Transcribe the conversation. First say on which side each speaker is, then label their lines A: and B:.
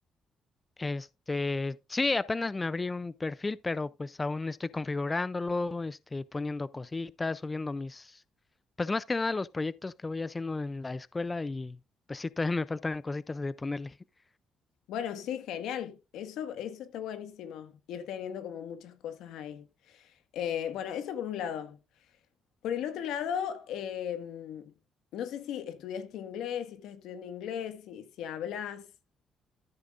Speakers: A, on the left (about 15°); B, on the left (about 80°).
A: Este, sí, apenas me abrí un perfil, pero pues aún estoy configurándolo, este, poniendo cositas, subiendo mis, pues más que nada los proyectos que voy haciendo en la escuela y pues sí, todavía me faltan cositas de ponerle. <laughs>
B: Bueno, sí, genial. Eso, eso está buenísimo. Ir teniendo como muchas cosas ahí. Eh, bueno, eso por un lado. Por el otro lado, em, no sé si estudiaste inglés, si estás estudiando inglés, si, si hablas.